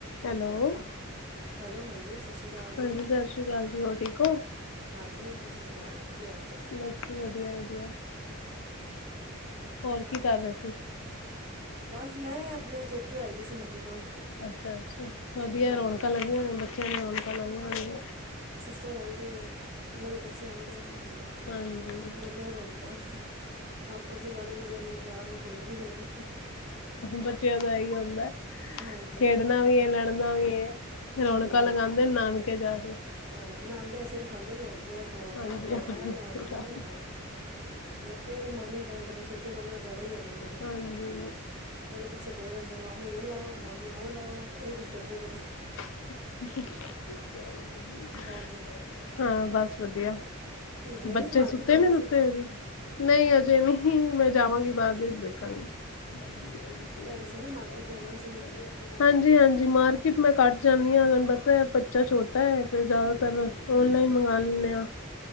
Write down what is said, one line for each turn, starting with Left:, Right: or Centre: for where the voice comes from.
Left: ਹੈਲੋ।
Right: ਹੈਲੋ ਹਾਂਜੀ ਸਤਿ ਸ਼੍ਰੀ ਅਕਾਲ ਜੀ
Left: ਹਾਂਜੀ, ਸਤਿ ਸ੍ਰੀ ਅਕਾਲ ਜੀ। ਹੋਰ ਠੀਕ ਹੋ?
Right: ਹਾਂਜੀ, ਤੁਸੀਂ ਸੁਣਾਓ? ਕੀ ਹਾਲ- ਚਾਲ
Left: ਬਸ, ਵਧੀਆ- ਵਧੀਆ ਹੋਰ ਕੀ ਕਰ ਰਹੇ ਸੀ?
Right: ਬਸ, ਮੈਂ ਆਪਣੇ ਪੇਕੇ ਆਈ ਹੋਈ ਸੀ। ਮੰਮੀ ਕੋਲ
Left: ਅੱਛਾ, ਅੱਛਾ। ਵਧੀਆ
Right: ਹਾਂਜੀ
Left: ਰੌਨਕਾਂ ਲੱਗੀਆਂ ਹੋਣੀ, ਬੱਚਿਆਂ ਨੇ ਰੌਣਕਾਂ ਲਾਇਆਂ ਨੇ
Right: ਰ ਆਈ ਦੇ ਉਨਾਂ ਦੇ ਬੱਚੇ ਆਏ ਹੋਏ ਨੇ
Left: ਹਾਂਜੀ
Right: ਲੱਗੀਆਂ ਰੌਨਕਾਂ ਆਪਸ ਚ ਲੜ ਵੀ ਰਹੇ ਨੇ, ਪਿਆਰ ਨਾਲ ਖੇਡ ਵੀ ਰਹੇ ਨੇ
Left: ਬੱਚਿਆਂ ਦਾ ਏਹੀ ਹੁੰਦਾ,
Right: ਹਾਂਜੀ
Left: ਖੇਡਣਾ ਵੀ ਏ ਲੜਨਾ ਵੀ ਰੌਣਕਾਂ
Right: ਹਾਂਜੀ ਹਾਂਜੀ
Left: ਲਗਾਉਂਦੇ ਨਾਨਕੇ ਜਾ ਕੇ
Right: ਹਾਂ, ਨਾਕਿਆ ਸਿਰ ਖਾਂਦੇ ਨੇ ਹੋਰ ਕੇ ਇਹ ਖਵਾਓ,
Left: ਹਾਂਜੀ
Right: ਐ ਖਵਾਓ,
Left: ਹਾਂਜੀ,
Right: ਇਹ ਲਿਆਓ,
Left: ਸਹੀ ਗੱਲ।
Right: ਉਹ ਲਿਆਓ ਲੱਗੇ ਨੇ ਮਾਮੇ ਨੂੰ ਤੰਗ ਕਰਨ ਛੋਟੇ ਮਾਮੇ ਨਾਲ ਜ਼ਿਆਦਾ ਹੀ ਹੈਗਾ ਇਹਨਾਂ ਨੂੰ
Left: ਹਾਂਜੀ
Right: ਉਹਦੇ ਪਿੱਛੇ ਪੇ ਰੇਂਦੇ, ਮਾਮੂ ਯੇ ਲਾਓ, ਮਾਮੀ ਵੋ ਲਾਓ, ਏਹੀ ਕੁਛ ਕਰਦੇ ਪ‌ਏ ਨੇ
Left: <unintelligible>
Right: ਹੋਰਜੀ
Left: ਹਾਂ, ਬਸ ਵਧੀਆ
Right: ਗਏ
Left: ਬੱਚੇ
Right: ਨਹੀਂ ਮਾਰਕੀਟ
Left: ਸੁੱਤੇ
Right: ਜਾਣਾ
Left: ਨੀ ਸੁੱਤੇ।
Right: ਸੀ
Left: ਨਹੀਂ ਅਜੇ ਨਹੀਂ, ਮੈਂ ਜਾਵਾਂਗੀ ਬਾਅਦ ਵਿੱਚ ਦੇਖਾਂਗੀ। ਮ ਮ
Right: ਹਾਂ
Left: <unintelligible>
Right: ਕਹਿ ਰਹੇ ਸੀ ਨਾ ਮਾਰਕੀਟ ਜਾਣਾ ਸੀ
Left: ਹਾਂਜੀ-ਹਾਂਜੀ, ਮਾਰਕੀਟ ਮੈਂ ਘੱਟ ਜਾਨੀ ਹਾਂ, ਤੁਹਾਨੂੰ ਪਤਾ ਬੱਚਾ ਛੋਟਾ ਹੈ। ਫਿਰ ਜ਼ਿਆਦਾਤਰ ਓਨਲਾਈਨ ਮੰਗਾ ਲੈਨੇ ਆ,